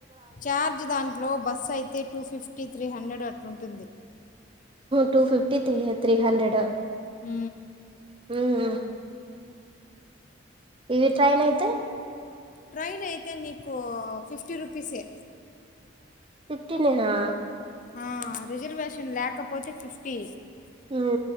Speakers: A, on the left; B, on the right.
A: చఛార్జ్ దాంట్లో బస్సు అయితే టికెట్ త్రీ హండ్రెడ్ అ అట్టు ఉంటుంది
B: టూ ఫిఫటీ తీ త్రీ హండ్రెడ్
A: హ
B: హమ్ ఇవి టైన్ అయితే
A: ట్రైన్ అయితే నీకు ఫిఫ్టీ రూపీసే
B: ఇత్త నేనా
A: ఆ రిజర్వేషన్ లేకపోతే ఫిఫ్టీ
B: ఉమ్